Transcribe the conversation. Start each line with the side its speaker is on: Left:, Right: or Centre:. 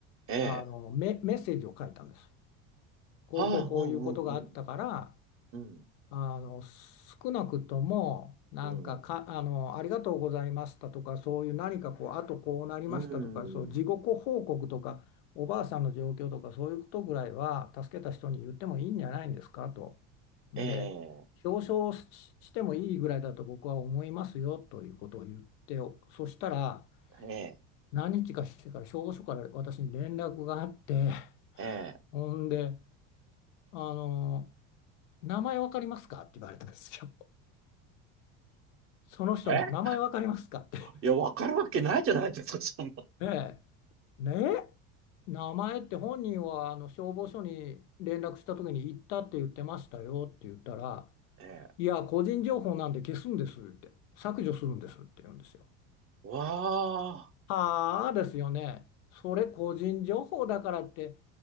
Right: ええ。
Left: あの、メ、メッセージを書いたんです。こうこうこういうことがあったから、
Right: ああ、うん、うん、うん。
Left: あの少なくともなんか、
Right: うん、うん。
Left: かあの「ありがとうございました」とかそういう何かこうあとこうなりましたとかそう事後報告とかおばあさんの状況とかそういうことぐらいは助けた人に言ってもいいんじゃないんですかと。
Right: うん。
Left: で表彰し、
Right: ええ、
Left: してもいいぐらいだと僕は思いますよということを言ってよそしたら
Right: ええ、
Left: 何日かしてから消防署から私に連絡があって
Right: ええ。
Left: ほんであの「名前わかりますか?」って言われたんですよ。その人の名前わかりますかって。
Right: えいや、わかるわけないじゃないですか、<laughs> そんな。
Left: <laughs> ええ。ねえ。名前って本人はあの消防署に連絡した時に行ったって言ってましたよって言ったら、
Right: ええ。
Left: いや、個人情報なんで消すんですって、削除するんですって言うんですよ。
Right: わあ、
Left: ああですよね。それ個人情報だからって、